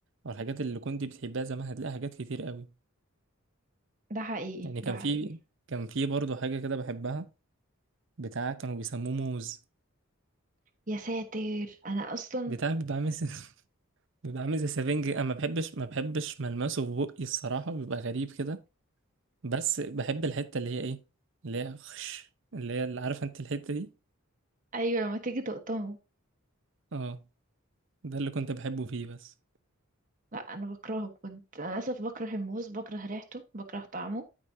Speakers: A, on the right; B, on the right.
A: او الحاجات اللي كنت بتحبها زمان هتلاقي حاجات كتير قوي
B: ده حقيقي
A: يعني كان
B: ده حقيقي
A: في كان في برضه حاجة كده بحبها بتاع كانوا بيسموه موز
B: يا ساتر انا اصلا
A: بتاع بيبقى عامل زي- <laughs> بيبقى عامل زي سفنج انا ما بحبش ما بحبش ملمسه في بقي الصراحه بيبقى غريب كده بس بحب الحته اللي هي ايه اللي هي خش اللي هي اللي عارفه انت الحته دي
B: ايوه لما تيجي تقطمه
A: اه ده اللي كنت بحبه فيه بس
B: لا انا بكرهه كنت انا للاسف بكره الموز بكره ريحته بكره طعمه